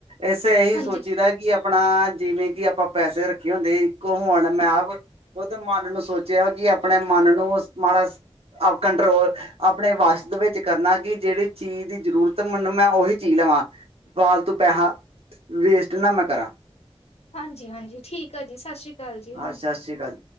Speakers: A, on the right; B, on the left.
A: ਇੱਸੇ ਇਹੀ
B: ਹਾਂਜੀ,
A: ਸੋਚੀ ਦਾ ਕਿ ਆਪਣਾ, ਜਿਵੇਂ ਕਿ ਆਪਾਂ ਪੈਸੇ ਰੱਖੇ ਹੁੰਦੇ ਸੀ। ਕਿ ਹੁਣ ਮੈਂ ਬ, ਉਹਦੇ ਮਨ ਨੂੰ ਸੋਚਿਆ। ਕਿ ਆਪਣੇ ਮਨ ਨੂੰ ਸ ਮਾੜਾ ਸ ਆ ਕੰਟਰੋਲ ਆਪਣੇ ਵਸ਼ ਦੇ ਵਿੱਚ ਕਰਨਾ। ਕਿ ਜਿਹੜੀ ਚੀਜ ਦੀ ਜ਼ਰੂਰਤ ਤੇ ਮੈਨੂੰ, ਮੈਂ ਉਹੀ ਚੀਜ ਲਵਾਂ। ਫਾਲਤੂ ਪੈਸਾ ਵੇਸਟ ਨਾ ਮੈਂ ਕਰਾਂ।
B: ਹਾਂਜੀ-ਹਾਂਜੀ ਠੀਕ ਆ ਜੀ। ਸਤਿ ਸ਼੍ਰੀ ਅਕਾਲ ਜੀ
A: ਹਾਂ
B: ਹੁਣ
A: ਸਤਿ ਸ਼੍ਰੀ ਅਕਾਲ।